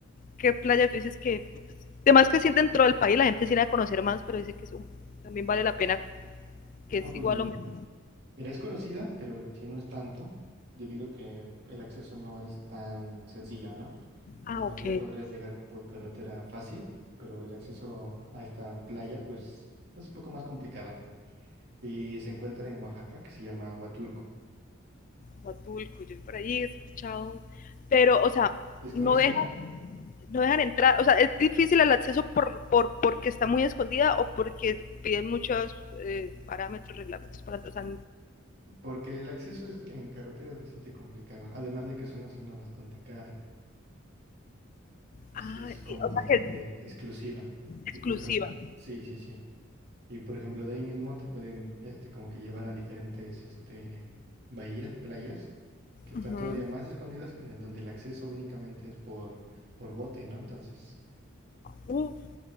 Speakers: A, on the left (about 40°); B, on the right (about 55°).
A: ¿qué playa tú dices que, además que sí dentro del país la gente sí la debe conocer más, pero dice que eso también vale la pena, que
B: Ah,
A: es
B: pues
A: igual
B: mm,
A: o menos,
B: Mira, es conocida, pero sí no es tanto, debido a que el acceso no es tan sencillo, ¿no?
A: ah,
B: La mayoría
A: ok,
B: podrías llegar por carretera fácil, pero el acceso a esta playa, pues, es un poco más complicado. Y se encuentra en Oaxaca, que se llama Huatulco.
A: Acapulco, yo por ahí he escuchado, pero, o sea,
B: Es conocida
A: no dejan, no dejan entrar, o sea, es difícil el acceso por, por porque está muy escondida o porque piden muchos eh, parámetros, reglamentos para entrar, o sea,
B: porque el acceso es- en carretera es bastante complicado, además de que es una zona bastante cara.
A: ah,
B: Sí, es como
A: y, o sea
B: bastante
A: que es
B: exclusiva.
A: exclusiva.
B: Y por ejemplo, sí, sí, sí. Y por ejemplo, de ahí mismo te pueden, este, como que llevar a diferentes, este, bahías, playas, que están
A: Uh -huh.
B: todavía más escondidas, en el donde el acceso únicamente es por, por bote, ¿no? Entonces,
A: uf,